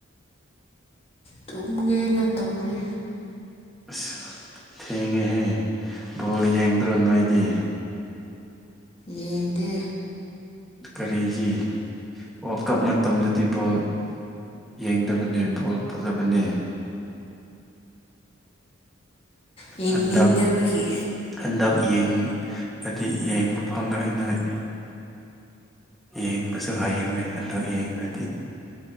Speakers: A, on the left (about 30°); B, in the centre.
A: ꯇꯨꯝꯒꯦꯅ ꯇꯧꯔꯦ
B: ꯑꯁ ꯊꯦꯡꯉꯦꯍꯦ ꯕꯣꯜ ꯌꯦꯡꯗ꯭ꯔꯣ ꯅꯣꯏꯗꯤ
A: ꯌꯦꯡꯗꯦ
B: ꯀꯔꯤꯒꯤ ꯋꯥꯔꯜ ꯀꯞ ꯃꯇꯝꯗꯗꯤ ꯕꯣꯜ ꯌꯦꯡꯗꯕꯅꯦ ꯕꯣꯜ ꯐꯖꯕꯅꯦ
A: ꯌꯦꯡꯅꯤꯡꯗꯕꯒꯤ
B: ꯍꯟꯗꯛ ꯍꯟꯗꯛ ꯌꯦꯡꯒꯗꯤ ꯌꯦꯡꯕ ꯐꯪꯉꯥꯔꯣꯏ ꯌꯦꯡꯕꯁꯨ ꯍꯩꯔꯣꯏ ꯍꯟꯗꯛ ꯌꯦꯡꯗꯗꯤ